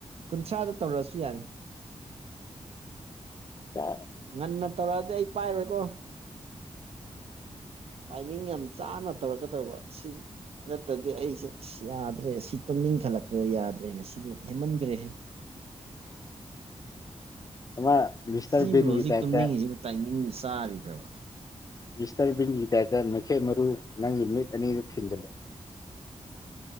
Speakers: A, on the right (about 60°); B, on the left (about 30°).
A: ꯀꯨꯟꯊ꯭ꯔꯥꯗ ꯇꯧꯔꯛꯑꯁꯨ ꯌꯥꯔꯦ
B: ꯀ
A: ꯉꯟꯅ ꯇꯧꯔꯛꯑꯗꯤ ꯑꯩ ꯄꯥꯏꯔꯣꯏꯀꯣ ꯇꯥꯏꯃꯤꯡ ꯌꯥꯝ ꯆꯥꯅ ꯇꯧꯔꯛꯀꯗꯧꯕ ꯁꯤ ꯅꯠꯇꯗꯤ ꯑꯩꯁꯦ ꯌꯥꯗ꯭ꯔꯦ ꯁꯤ ꯇꯝꯅꯤꯡꯈꯠꯂꯛꯈ꯭ꯔꯦ ꯌꯥꯗ꯭ꯔꯦꯅꯦ ꯁꯤꯗꯤ ꯍꯦꯃꯟꯈ꯭ꯔꯦꯍ
B: ꯑꯃ ꯃꯤꯁꯇꯔ
A: ꯁꯤꯕꯨ
B: ꯕꯤꯟꯒꯤ
A: ꯍꯧꯖꯤꯛ
B: ꯇꯥꯏꯞꯇ
A: ꯇꯨꯝꯅꯤꯡꯉꯤꯁꯤꯕꯨ ꯇꯥꯏꯃꯤꯡꯗꯨ ꯆꯥꯔꯤꯕ꯭ꯔꯕ
B: ꯃꯤꯁꯇꯔꯕꯤꯟꯒꯤꯗꯥꯥꯏꯗ ꯃꯩꯈꯦꯠ ꯃꯔꯨ ꯅꯪꯒꯤ ꯃꯤꯠ ꯑꯅꯤꯗꯨ ꯊꯤꯟꯒꯜꯂꯨ